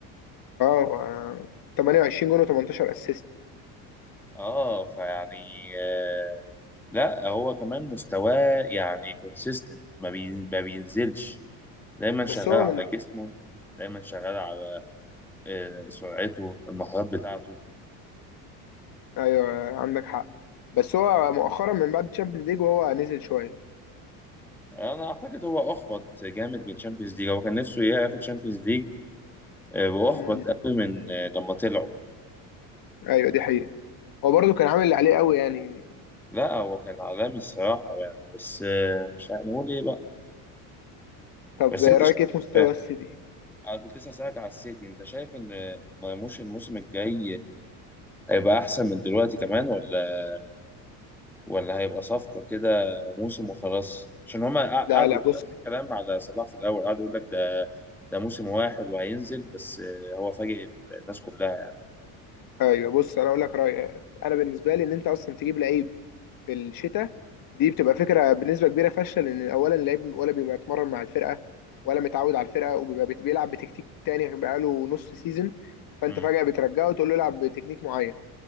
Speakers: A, on the left; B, in the centre.
A: اه و- 28 جون و18 اسيست
B: اه فيعني آه لا هو كمان مستواه يعني كونسيستنت ما, بي ما بينزلش دايما
A: بس
B: شغال
A: هو
B: على
A: من
B: جسمه دايما شغال على آه سرعته المهارات بتاعته
A: ايوه عندك حق بس هو مؤخرا من بعد تشامبيونز ليج وهو نزل شويه
B: انا اعتقد هو احبط جامد من تشامبيونز ليج هو كان نفسه ياخد تشامبيونز ليج آه واحبط
A: امم
B: قوي من آه لما طلعوا
A: ايوه دي حقيقه هو برضه كان عامل اللي عليه قوي يعني
B: لا هو كان عالمي الصراحه يعني بس آه مش هنقول ايه بقى
A: طب
B: بس
A: رايك
B: انت شايف
A: ايه في مستوى
B: آه،
A: السيتي
B: انا كنت لسه هسألك على السيتي انت شايف ان مرموش الموسم الجاي هيبقى احسن من دلوقتي كمان ولا ولا هيبقى صفقة كده موسم وخلاص عشان هما قع- قعدوا
A: لا لا
B: يقولوا
A: بص
B: نفس الكلام على صلاح في الاول قعدوا يقول لك ده ده موسم واحد وهينزل بس آه، هو فاجئ الناس كلها
A: ايوه بص انا اقول لك رايي انا بالنسبه لي ان انت اصلا تجيب لعيب في الشتاء دي بتبقى فكره بنسبه كبيره فاشله لان اولا اللعيب ولا بيبقى اتمرن مع الفرقه ولا متعود على الفرقه وبيبقى بت- بيلعب بتكتيك تاني بقاله نص سيزون فانت
B: امم
A: فجاه بترجعه وتقول له العب بتكنيك معين